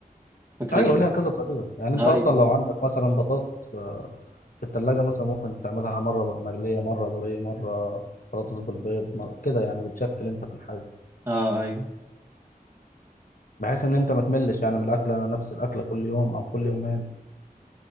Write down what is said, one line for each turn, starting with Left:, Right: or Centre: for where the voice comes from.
Right: فكره
Left: ايوه
Right: جامده
Left: ليها كذا طريقه يعني انت
Right: ايوه
Left: اصلا لو عندك مثلا بطاطس آه، في التلاجة مثلا ممكن تعملها مره بقى مقليه مره بوريه مره بطاطس بالبيض مرة كده يعني بتشكل انت في الحاجه
Right: اه ايوه
Left: بحيث ان انت ما تملش يعني من الاكله نفس الاكله كل يوم او كل يومين